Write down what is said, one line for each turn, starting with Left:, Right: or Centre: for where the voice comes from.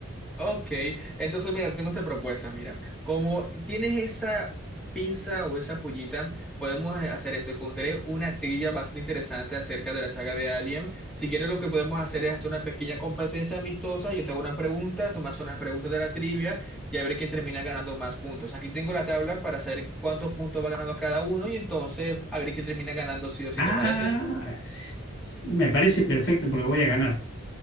Centre: Ok, entonces mira, te tengo esta propuesta, mira, como tienes esa pinza o esa pullita, podemos eh, hacer esto, encontré una trivia bastante interesante acerca de la saga de Alien, si quieres lo que podemos hacer es hacer una pequeña competencia amistosa, yo te hago una pregunta, tú me haces unas preguntas de la trivia y a ver quién termina ganando más puntos. Aquí tengo la tabla para saber cuántos puntos va ganando cada uno y entonces a ver quién termina ganando sí o sí,
Left: Ah,
Centre: ¿te parece?
Left: s- s- me parece perfecto porque voy a ganar.